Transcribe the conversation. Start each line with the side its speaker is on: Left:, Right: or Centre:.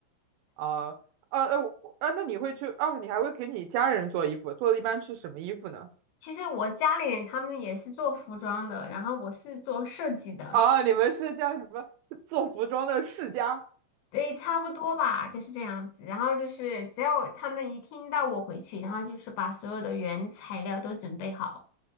Right: 啊啊呃我啊，那你会去啊？你还会给你家人做衣服，做的一般是什么衣服呢？
Left: 其实我家里人他们也是做服装的，然后我是做设计的，
Right: 啊，你们是叫什么做服装的世家？
Left: 对，差不多吧，就是这样子。然后就是只要他们一听到我回去，然后就是把所有的原材料都准备好。